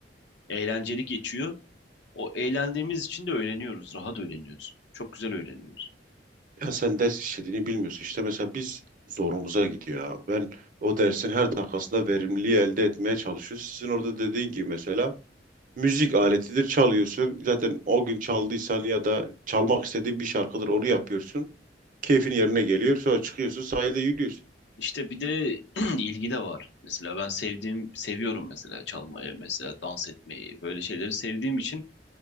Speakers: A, on the left (about 75°); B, on the right (about 50°).
A: Eğlenceli geçiyor. O eğlendiğimiz için de öğreniyoruz. Rahat öğreniyoruz. Çok güzel öğreniyoruz.
B: Ya sen ders işlediğini bilmiyorsun. İşte mesela biz zorumuza gidiyor ya. Ben o dersin her dakikasında verimliliği elde etmeye çalışıyorum. Sizin orada dediğin gibi mesela müzik aletidir çalıyorsun. Zaten o gün çaldıysan ya da çalmak istediğin bir şarkıdır onu yapıyorsun. Keyfin yerine geliyor. Sonra çıkıyorsun sahilde yürüyorsun.
A: İşte bir de <clears throat> ilgi de var. Mesela ben sevdiğim, seviyorum mesela çalmayı, mesela dans etmeyi, böyle şeyleri sevdiğim için